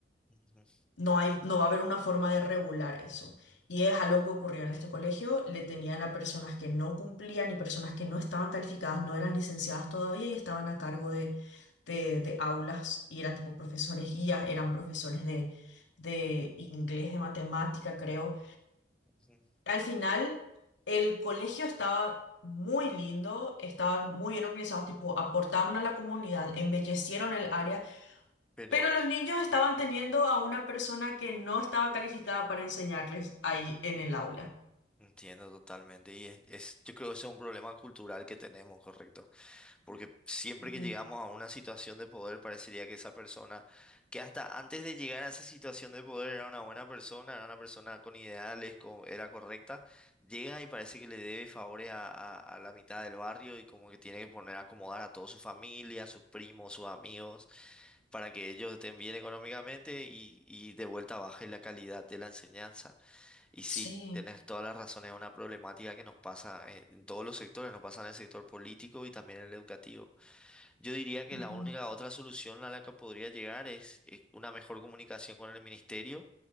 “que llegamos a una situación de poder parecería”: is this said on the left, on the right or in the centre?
Centre